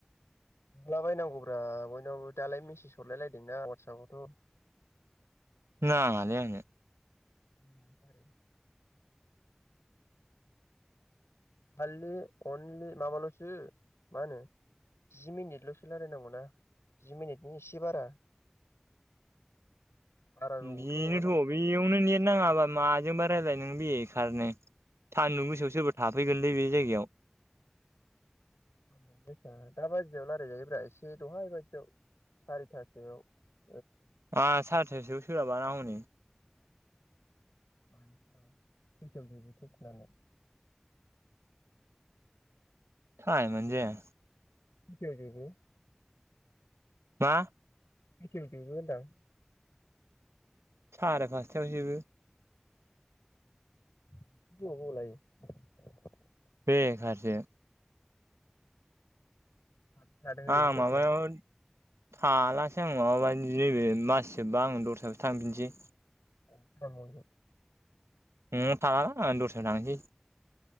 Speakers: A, on the left; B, on the right.
A: हरला बायनांगौब्रा बयनावबो दालाय मेसेज हरलायलायदोंना वाटसापआवथ'।
B: नाङालै आंनो।
A: <inaudible> आरो खालि अनलि माबाल'सो मा होनो जि मिनिटल'सो लायराय नांगौना जि मिनिटनि एसे बारा बारा गोबावथ'
B: बिनोथ'
A: नङाना
B: बेयावनो नेट नाङाबा माजोंबा रायलायन नों बेखारनो सान्दुं गोसायाव सोरबा थाफैगोनलै बे जायगायाव।
A: सानदुं गोसा दा बायदियाव रायलायजायोब्रा एसे दहाय बादियाव सारिथा सोआव
B: आहा सारिथासोआव सोलाबाना हनै
A: खैथायाव जोबो टिउस'नालाय?
B: टाइमानो जाया।
A: खैथायाव जोबो?
B: मा?
A: खैथायाव जोबो होनदां?
B: साराय फासथायावन जोबो।
A: <unintelligible>
B: बेखारसो।
A: साबैसे लादों ओरैनो
B: आं
A: टिउस'नालाय?
B: माबायाव थालासो आं माबायनि नैबे मास जोबबा आं दस्रायावसो थामफिनसै
A: <unintelligible>
B: न'आव थाला आं‌ दस्रायाव थांसै।